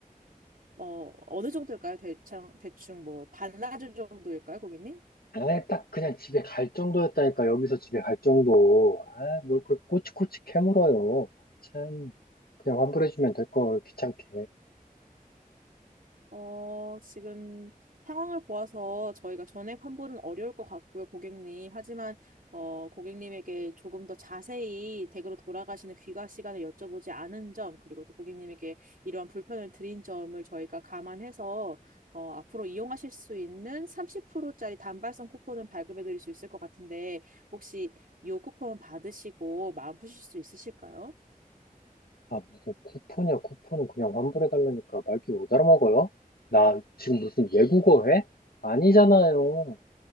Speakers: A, on the right (about 70°); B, on the left (about 85°).
A: 어, 어느 정도일까요? 대충, 대충 뭐, 반나절 정도일까요, 고객님?
B: 아예 딱 그냥 집에 갈 정도였다니까, 여기서 집에 갈 정도. 아, 뭘 그걸 꼬치꼬치 캐물어요. 참, 그냥 환불해주면 될 걸, 귀찮게.
A: 어, 지금 상황을 보아서 저희가 전액 환불은 어려울 것 같고요, 고객님. 하지만, 어, 고객님에게 조금 더 자세히 댁으로 돌아가시는 귀가 시간에 여쭤보지 않은 점, 그리고 또 고객님에게 이러한 불편을 드린 점을 저희가 감안해서, 어, 앞으로 이용하실 수 있는 30%짜리 단발성 쿠폰을 발급해 드릴 수 있을 것 같은데, 혹시 이 쿠폰 받으시고 마음 푸실 수 있으실까요?
B: 아, 무슨 쿠폰이야, 쿠폰은 그냥 환불해달라니까 말귀 못 알아먹어요? 나 지금 무슨 외국어 해? 아니잖아요.